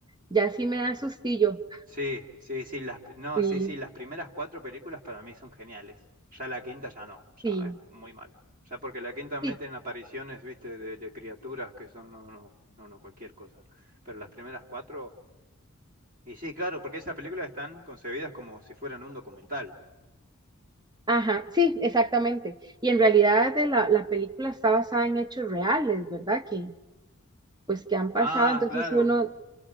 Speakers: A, on the right; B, on the right.
A: ya sí me da sustillo.
B: Sí, sí, sí, las, no,
A: Sí,
B: sí, sí, las primeras cuatro películas para mí son geniales. Ya la quinta ya no, ya
A: sí,
B: es muy mala. Ya porque la quinta meten
A: sí.
B: apariciones, viste, de, de criaturas que son, no, no, no, no, cualquier cosa. Pero las primeras cuatro, y sí, claro, porque esas películas están concebidas como si fueran un documental.
A: Ajá, sí, exactamente. Y en realidad de la, la película está basada en hechos reales, ¿verdad? Que pues que han pasado,
B: Ah,
A: entonces
B: claro,
A: uno